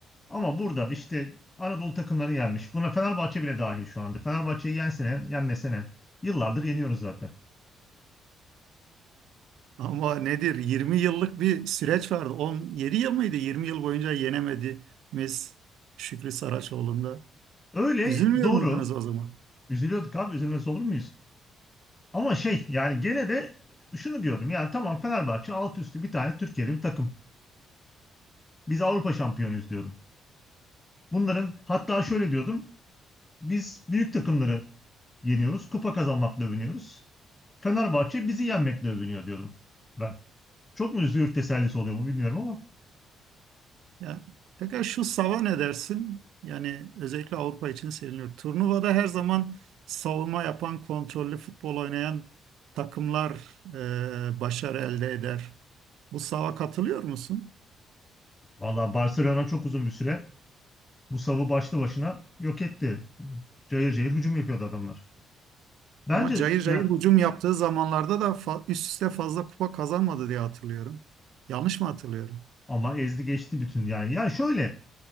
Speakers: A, on the left (about 20°); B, on the right (about 85°).
A: Ama burada işte Anadolu takımları yenmiş. Buna Fenerbahçe bile dahil şu anda. Fenerbahçe'yi yensene, yenmesene. Yıllardır yeniyoruz zaten.
B: Ama nedir? 20 yıllık bir süreç vardı. 17 yıl mıydı? 20 yıl boyunca yenemediğimiz Şükrü Saraçoğlu'nda.
A: Öyle
B: Üzülmüyor
A: doğru.
B: muydunuz o zaman?
A: Üzülüyorduk abi üzülmez olur muyuz? Ama şey yani gene de şunu diyordum yani tamam Fenerbahçe alt üstü bir tane Türkiye'de bir takım. Biz Avrupa şampiyonuyuz diyordum. Bunların hatta şöyle diyordum biz büyük takımları yeniyoruz kupa kazanmakla övünüyoruz. Fenerbahçe bizi yenmekle övünüyor diyordum ben. Çok mu üzülür tesellisi oluyor mu bilmiyorum ama
B: Ya, peki şu sava ne dersin? Yani özellikle Avrupa için seviniyor. Turnuvada her zaman savunma yapan, kontrollü futbol oynayan takımlar e, başarı elde eder. Bu sava katılıyor musun?
A: vallahi Barcelona çok uzun bir süre bu savı başlı başına yok etti. Cayır cayır hücum yapıyordu adamlar. Bence
B: Ama cayır cayır
A: yani
B: hücum yaptığı zamanlarda da fa- üst üste fazla kupa kazanmadı diye hatırlıyorum. Yanlış mı hatırlıyorum?
A: ama ezdi geçti bütün yani. Yani şöyle